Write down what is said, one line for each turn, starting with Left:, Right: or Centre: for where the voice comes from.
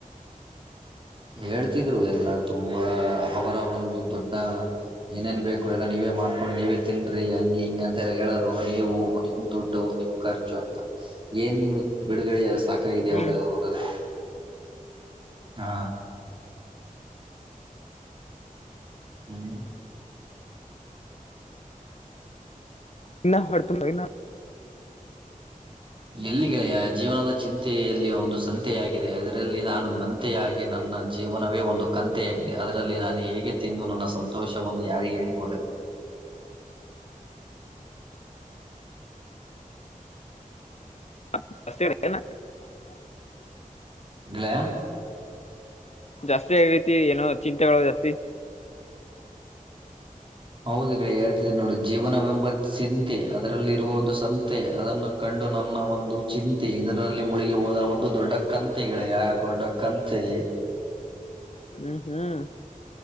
Right: ಹೇಳ್ತಿದ್ರು ಎಲ್ಲಾ ತುಂಬಾ ಅವರ ಒಂದು ದೊಡ್ಡ ಏನೇನ್ಬೇಕು ಲ್ಲ ನೀವೇ ಮಾಡ್ಕೊಂಡು ನೀವೇ ತಿನ್ರೀ ಹಂಗೆ ಹಿಂಗೆ ಅಂತ ಹೇಳರು ನೀವು ನಿಮ್ ದುಡ್ಡು ನಿಮ್ ಖರ್ಚು ಅಂತ ಏನ್ ಬಿಡುಗಡೆ ಸಾಕಿದ
Left: ಹ್ಮ್
Right: ಅವ್ರ ಅವರ <unintelligible> ಹಾ ಹ್ಮ
Left: ಇ ಹೊರ್ತು ಇ
Right: ಎಲ್ಲಿಗೆೆಯ ಜೀವನದ ಚಿಂತೆಯಲ್ಲಿ ಒಂದು ಸಂತೆೆಯಾಗಿದೆ ಅದರಲ್ಲಿ ನಾನು ಮ ಯಾಗಿ ನನ್ನ ಜೀವನವೇ ಒಂದು ಕಂತೆಯಾಗಿದೆ ಅದರಲ್ಲಿ ನು ಹೇಗೆ ತಿಂದು ನನ್ನ ಸಂತೋಷವನ್ನು ಯಾರಿಗೆ ಹೇಳಿಕೊಳ್ಳಲಿ.
Left: ಬ <unintelligible>
Right: <inaudible>
Left: ಜಾಸ್ತಿ ಹಾಗಾಯ್ತು ಏನೋ ಚಿಂತೆಗಳು ಜಾಸ್ತಿ
Right: ಹೌದು ಗೆಳೆಯ ನೋಡಿ ಜೀವನವೆಂಬ ಚಿಂತೆ ಅದರಲ್ಲಿ ಇರುವ ಒಂದು ಸಂತೆ ಅದನ್ನು ಕಂಡು ನನ್ನ ಒಂದು ಚಿಂತೆ ಇದರಲ್ಲಿ ಮುಳಗಿ ಹೋದ ಒಂದು ದೊಡ್ಡ ಕಂತೆಗಳ ಯ ದೊಡ್ಡ ಕಂತೆ.
Left: ಹ್ಮ್ ಹ್ಮ್